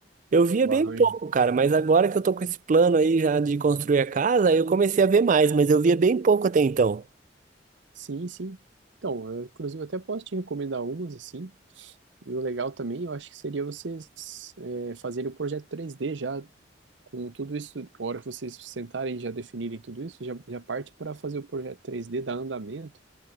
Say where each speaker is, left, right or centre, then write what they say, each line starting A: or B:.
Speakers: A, on the right; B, on the right.
A: Eu via
B: o
A: bem
B: arranjo.
A: pouco, cara, mas agora que eu tô com esse plano aí já de construir a casa, eu comecei a ver mais, mas eu via bem pouco até então.
B: Sim, sim. Então, eu, inclusive, até posso te recomendar umas, assim, e o legal também, eu acho que seria vocês é, fazerem o projeto três d já Com tudo isso, a hora que vocês sentarem e já definirem tudo isso, já, já parte para fazer o projeto 3D dar andamento,